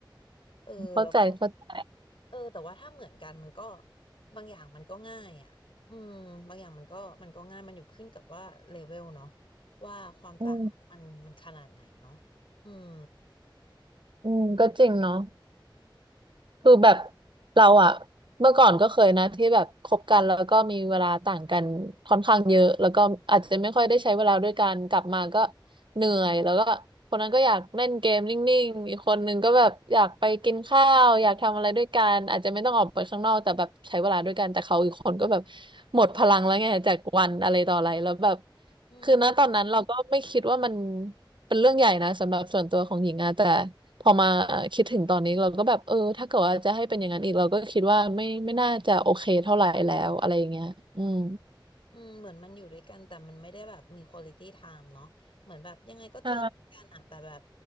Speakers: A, on the left; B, on the right.
A: เออแล้วก็
B: เข้าใจเข้าใจ
A: เออแต่ว่าถ้าเหมือนกันมันก็บางอย่างมันก็ง่ายอ่ะอืมบางอย่างมันก็มันก็ง่ายมันอยู่ขึ้นกับว่าเลเวลเนาะว่าความต่างมันมันขนาดไหนเนาะ
B: อืม
A: อืม
B: อืมก็จริงเนาะคือแบบเราอะเมื่อก่อนก็เคยนะที่แบบคบกันแล้วก็มีเวลาต่างกันค่อนข้างเยอะแล้วก็อาจจะไม่ค่อยได้ใช้เวลาด้วยกันกลับมาก็เหนื่อยแล้วก็คนนั้นก็อยากเล่นเกมนิ่งๆอีกคนนึงก็แบบอยากไปกินข้าวอยากทำอะไรด้วยกันอาจจะไม่ต้องออกไปข้างนอกแต่แบบใช้เวลาด้วยกันแต่เขาอีกคนก็แบบหมดพลังแล้วไงจากวันอะไรต่ออะไรแล้วแบบ
A: อืม
B: คือณตอนนั้นเราก็ไม่คิดว่ามันเป็นเรื่องใหญ่นะสำหรับส่วนตัวของหญิงอะแต่พอมาคิดถึงตอนนี้เราก็แบบเออถ้าเกิดว่าจะให้เป็นอย่างนั้นอีกเราก็คิดว่าไม่ไม่น่าจะโอเคเท่าไหร่แล้วอะไรอย่างเงี้ยอืม
A: อืมเหมือนมันอยู่ด้วยกันแต่มันไม่ได้แบบมีควอลิตี้ไทม์เนาะเหมือนแบบยังไงก็เจอหน้ากันอะแต่แบบ
B: ใช่